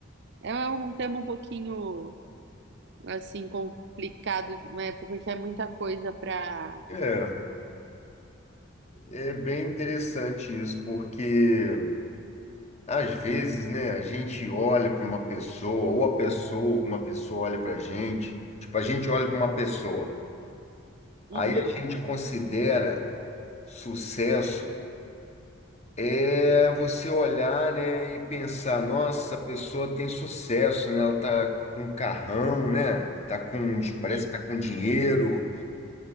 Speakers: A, on the right (about 60°); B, on the left (about 35°).
A: é um tema um pouquinho, assim, complicado, né, porque é muita coisa pra...
B: É, é bem interessante isso, porque às vezes, né, a gente olha para uma pessoa, ou a pessoa, uma pessoa olha para a gente, tipo, a gente olha para uma pessoa,
A: Uhum,
B: aí a gente considera sucesso é você olhar, né, e pensar, nossa, a pessoa tem sucesso, né? Ela tá com um carrão, né? Tá com,
A: uhum,
B: parece que tá com dinheiro